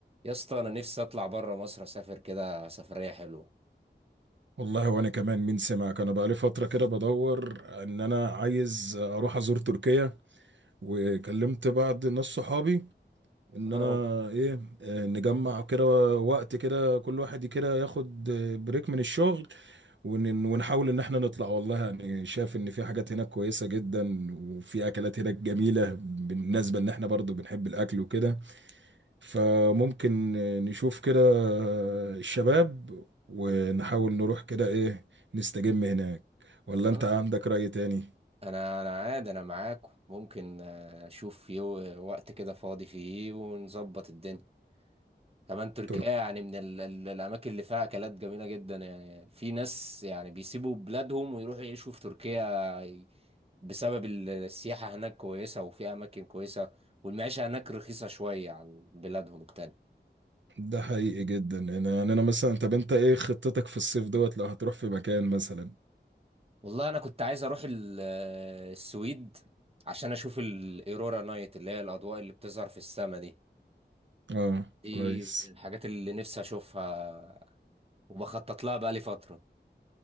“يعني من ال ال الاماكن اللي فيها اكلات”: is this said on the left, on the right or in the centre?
Right